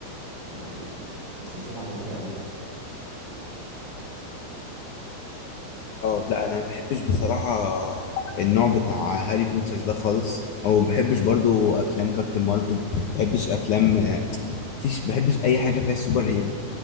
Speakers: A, on the right; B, on the left.
A: ال- ال- السلسله عجبتني قوي
B: اه لا انا ما بحبش بصراحه النوع بتاع هاري بوتر ده خالص او ما بحبش برضو افلام كابتن مارفل ما بحبش افلام مفيش ما بحبش اي حاجه فيها سوبر هيرو